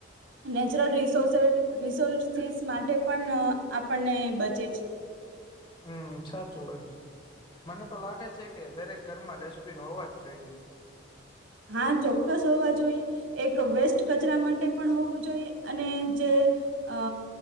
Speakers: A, on the right (about 80°); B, on the left (about 25°).
A: નેચરલ રિસોર્સે રિસોર્સસ માટે પણ આપણને બચે છે.
B: હમ સાચું, હોય મને તો લાગે છે કે દરેક ઘરમાં ડસ્ટબીન હોવા જ જોઈએ.
A: હા ચોક્કસ હોવા જોઈએ. એક વેસ્ટ કચરા માટે પણ હોવું જોઈએ અને જે અ